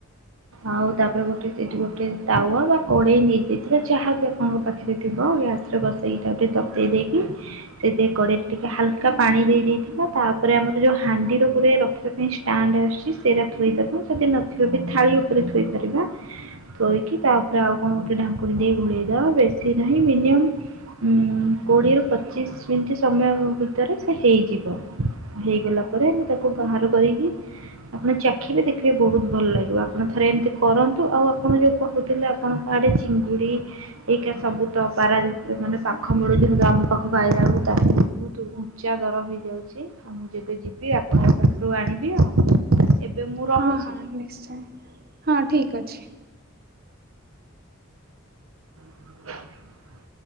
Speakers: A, on the right; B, on the right.
A: ଆଉ ତାପରେ ଗୋଟେ ସେଠି ଗୋଟେ ତାୱା ବା କଡେଇ ନେଇଯାଇଥିବେ ଯାହା ବି ଆମ ପାଖରେ ଥିବ ଗ୍ୟାସ୍ ରେ ବସେଇ ତାକୁ ଟିକେ ତତେଇ ଦେଇକି ସେଥିରେ କଡେଇରେ ଟିକେ ହାଲକା ପାଣି ଦେଇଦେଇଥିବା ତାପରେ ଆମର ଯୋଉ ହାଣ୍ଡିର <unintelligible> ତା ପାଇଁ ଷ୍ଟାଣ୍ଡ ଆସୁଛି ସେଇଟା ଥୋଇଦବା ଯଦି ନଥିବ ବି ଥାଳି ଉପରେ ଥୋଇପାରିବା। ଥୋଇକି ତା ଉପରେ ଆଉ କଣ ଗୋଟେ ଢାଙ୍କୁଣି ଦେଇ ଘୋଡେଇଦବା ବେଶୀ ନାହିଁ ମିନିମମ୍ ଉଁ କୋଡ଼ିଏରୁ ପଚିଶ୍ ମିନିଟ୍ ସମୟ ଭିତରେ ସେ ହେଇଯିବ। ହେଇଗଲା ପରେ ଆମେ ତାକୁ ବାହାର କରିକି ଆପଣ ଚାଖିବେ ଦେଖିବେ ବହୁତ୍ ଭଲ ଲାଗିବ, ଆପଣ ଥରେ ଏମିତି କରନ୍ତୁ ଆଉ ଆପଣ ଯୋଉ କହୁଥିଲେ ଆପଣଙ୍କ ଆଡ଼େ ଚିଙ୍ଗୁଡ଼ି ଏଇକା ସବୁ ତ ପାରଦିପ ରେ ମାନେ ପାଖ ମିଳୁଛି ଆମ ପାଖକୁ ଆଇଲା ବେଳକୁ ତା ବହୁତୁ ଉଞ୍ଚା ଦର ହେଇଯାଉଚି ଆଉ ମୁଁ ଯେବେ ଯିବି ଆପଣଙ୍କ ପାଖରୁ ଆଣିବି ଆଉ। ଏବେ ମୁଁ
B: ହଁ
A: ରହୁଛି।
B: ହଁ ନିଶ୍ଚୟ ହଁ ଠିକ୍ ଅଛି।
A: <inaudible>